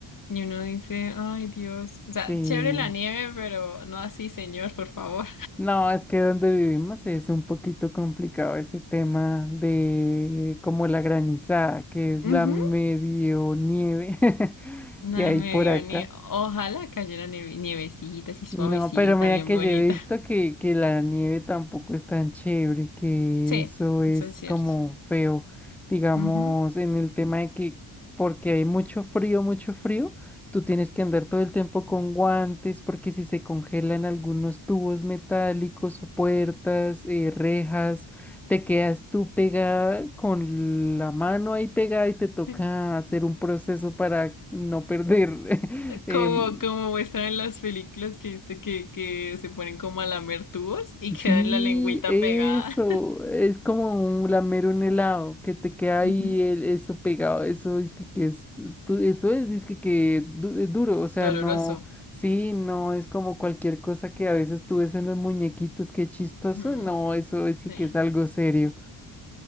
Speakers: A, on the left (about 45°); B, in the centre.
A: Y uno dice, ay Dios, o sea,
B: Sí.
A: chévere la nieve, pero no así, señor, por favor.
B: No, es que donde vivimos es un poquito complicado ese tema de como la granizada, que es
A: <laughs>
B: la medio nieve <laughs>
A: No
B: que hay
A: me
B: por
A: dio
B: acá.
A: ni... Ojalá cayera nieve- nievecita, así suavecita,
B: No, pero mira
A: bien
B: que
A: bonita.
B: yo he visto que, que la nieve tampoco es tan chévere, que
A: Sí,
B: eso es
A: eso es cierto.
B: como feo, digamos,
A: Ujú.
B: en el tema de que porque hay mucho frío, mucho frío, tú tienes que andar todo el tiempo con guantes, porque si se congelan algunos tubos metálicos, o puertas, eh, rejas, te quedas tú pegada con la mano ahí pegada y te toca
A: <laughs>
B: hacer un proceso para no perder. <laughs> em,
A: Como, como muestran en las películas que viste que, que se ponen como a lamer tubos y quedan
B: Sí,
A: la lengüita
B: eso,
A: pegada.
B: es como un lamer un helado, que te queda
A: <laughs>
B: ahí
A: Ujú.
B: el- eso pegado, eso es que, que es, du- eso es dizque que du- es duro, o sea,
A: Doloroso.
B: no, sí, no es como cualquier cosa que a veces tú ves en los muñequitos, qué chistoso,
A: Ujú.
B: no, eso es que,
A: Sí.
B: que es algo serio.